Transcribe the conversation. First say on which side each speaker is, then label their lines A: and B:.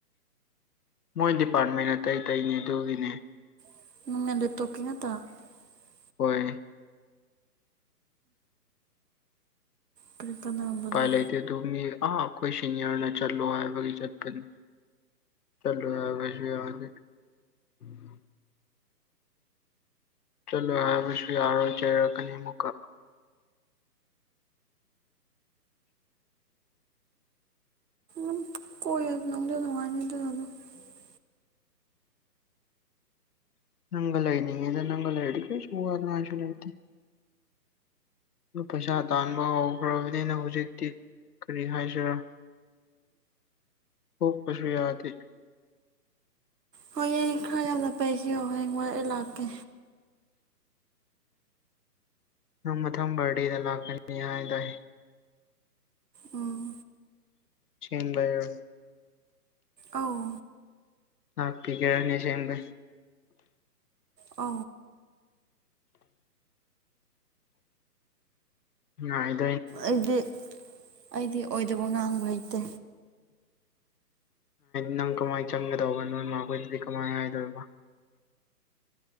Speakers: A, on the left; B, on the right.
A: ꯃꯣꯏ ꯗꯤꯄꯥꯔꯠꯃꯦꯟ ꯑꯇꯩ ꯑꯇꯩꯅꯦ ꯑꯗꯨꯒꯤꯅꯦ
B: <unintelligible>
A: ꯍꯣꯏ
B: ꯀꯔꯤ ꯀꯥꯟꯅꯕ
A: ꯎꯄꯥꯏ
B: ꯑꯗꯨꯗꯤ
A: ꯂꯩꯇꯦ ꯑꯗꯨ ꯃꯤ ꯑꯥ ꯑꯩꯈꯣꯏ ꯁꯤꯅꯤꯌꯔꯅ ꯆꯠꯂꯣ ꯍꯥꯏꯕꯒꯤ ꯆꯠꯄꯅꯤ ꯆꯂꯣ ꯌꯥ ꯐꯁꯤ ꯌꯥꯦ <unintelligible> ꯆꯠꯂꯣꯏ ꯍꯥꯏꯕꯁꯨ ꯌꯥꯔꯣꯏ ꯆꯩꯔꯛꯀꯅꯤ ꯑꯃꯨꯛꯀ
B: ꯎ ꯀꯣꯏ ꯑꯗꯨ ꯂꯗꯉꯅꯤꯗ ꯑꯗꯨ ꯑꯗꯨꯣ <inaudible>
A: ꯅꯪꯒ ꯂꯩꯅꯤꯡꯉꯦ ꯅꯪꯒ ꯂꯩꯔꯗꯤ ꯀꯩꯁꯨ ꯋꯥꯅꯤꯡꯉꯥꯏꯁꯨ ꯂꯩꯇꯦ ꯑꯗꯨ ꯄꯩꯁꯥ ꯇꯥꯟꯕ ꯍꯧꯈ꯭ꯔꯕꯅꯤꯅ ꯍꯧꯖꯤꯛꯇꯤ ꯀꯔꯤ ꯍꯥꯏꯁꯤꯔꯥ ꯍꯨꯞꯄꯁꯨ ꯌꯥꯗꯦ
B: ꯍꯣꯏꯌꯦꯡ ꯈꯔ ꯌꯥꯝꯅ ꯄꯩꯈꯤꯕꯣ ꯍꯌꯦꯡ ꯋꯥꯏ ꯑꯩ ꯂꯥꯛꯀꯦ
A: ꯅꯪ ꯃꯊꯪ ꯕꯥꯔꯗꯦꯗ ꯂꯥꯛꯀꯅꯤ ꯍꯥꯏꯗꯥꯏ
B: ꯎꯝ
A: ꯆꯦꯡ ꯂꯩꯔꯛꯑꯣ
B: ꯑꯧ
A: ꯍꯥꯄꯤ <unintelligible> ꯑꯁꯦꯡꯕꯩ
B: ꯑ
A: <unintelligible>
B: ꯑꯩꯗꯤ ꯑꯩꯗꯤ ꯑꯣꯏꯗꯕ ꯉꯥꯡꯕ ꯍꯩꯇꯦ
A: ꯅꯪ ꯀꯃꯥꯏꯅ ꯆꯪꯒꯗꯧꯕ ꯅꯣꯏꯃꯥꯈꯣꯏꯗꯗꯤ ꯀꯃꯥꯏꯅ ꯍꯥꯏꯗꯣꯏꯔꯤꯕ